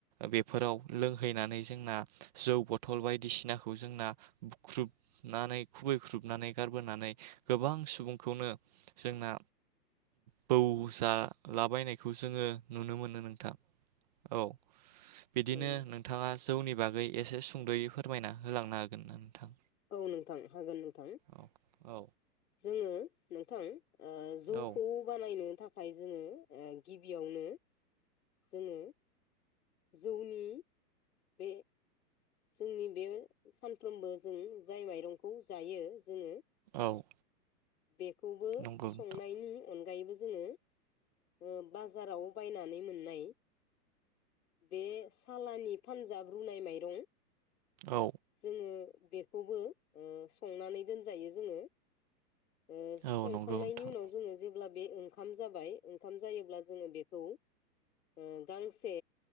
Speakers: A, on the right; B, on the left.
A: बेफोराव लोंहैनानै जोंना जौ ब टल बायदिसिनाखौ जोंना बुख्रुब- नानै खुबैख्रुबनानै गारबोनानै गोबां सुबुंखौनो जोंना बौजालाबायनाय बेखौ जोङो नुनो मोनो नोंथां औ बिदिनो
B: औ नोंथां
A: नोंथाङा जौनि- बागै एसे सुंदयै फोरमायना होलांनो हागोन नोंथां
B: औ नोंथां हागोन नोंथां
A: औ औ
B: जोङो नोंथां ओ जौखौ
A: औ
B: बानायनो थाखाय नाथाय जोङो ओ गिबियावनो जोङो जौनि बे जोंनि बे सानफ्रोमबो जों जाय माइरंखौ जायो जोङो
A: औ।
B: बेखौबो
A: नंगौ नोंथां
B: संनायनि अनगायैबो जोङो ओ बाजाराव बायनानै मोननाय बे सालानि फानजाब रुनाय माइरं
A: औ
B: जोङो। बेखौबो ओ संनानै दोनजायो जोङो ओ संखांनायनि
A: औ नंगौ नोंथां
B: उनाव जोङो जेब्ला बे ओंखाम जाबाय। ओंखाम जायोब्ला जोङो बेखौ ओ गांसे